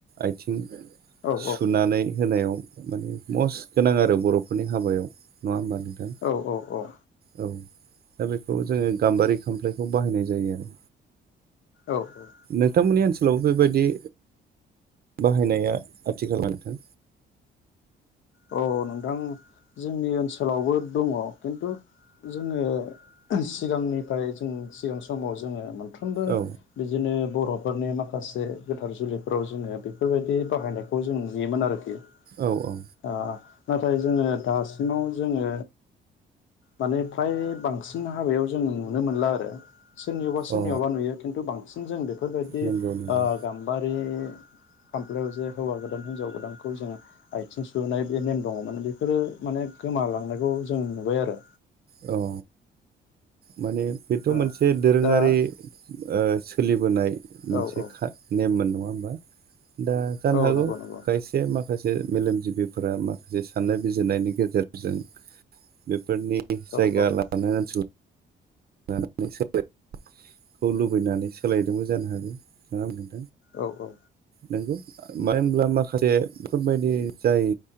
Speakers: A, on the right; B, on the left.
A: आयथिं
B: औ
A: सुनानै होनायाव माने मस गोनां आरो बर'फोरनि हाबायाव नङा होमबा? नोंथां
B: औ औ औ
A: औ दा बेखौ जोङो गाम्बारि खामफ्लायखौ बाहायनाय जायो आरो
B: औ औ
A: नोंथांमोननि ओनसोलाव बेबायदि बाहायनाया आथिखाल <unintelligible> नोंथां
B: औ नोंथां जोंनि ओनसोलावबो दङ खिन्थु जोङो सिगांनिफ्राय जों सिगां समाव जोङो मो नफ्रोमबो
A: औ
B: बिदिनो बर' फोरनि माखासे गोथार जुलिफोराव जोङो बेफोरबायदि बाहायनायखौ जों नुयोमोन आरोखि
A: औ औ
B: ओ नाथाय जोङो दासिमाव जोङो माने फ्राय बांसिन हाबायाव जों नुनो मोनला आरो सोरनियावबा सोरनियावबा
A: अ
B: नुयो खिन्थु बांसिन जों बेफोरबायदि
A: नंगौ नंगौ
B: ओ गाम्बारि खामफ्लायाव जे हौवा गोदान हिनजाव गोदानखौ जोङो आयथिं सुनाय बे नेम दङमोन बेफोरो माने गोमालांनायखौ जों नुबाय आरो।
A: औ माने बेथ'
B: औ
A: मोनसे दोरोङारि
B: दा
A: ओ सोलिबोनाय मोनसे
B: औ औ
A: खा-नेम मोन। नङा होमबा दा जानो
B: औ
A: हागौ
B: नंगौ नंगौ
A: खायसे मा खासे मेलेमजिबिफोरा माखासे साननाय बिजिरनायनि गेजेरजों बे फोरनि
B: औ
A: जायगा
B: औ
A: लानो ओनसो लानानै सोलायखौ लुबैनानै सोलायदोंबो जानो हागौ नङा होनबा?
B: औ-औ
A: नंगौ मानो होनब्ला माखासे बेफोरबायदि जाय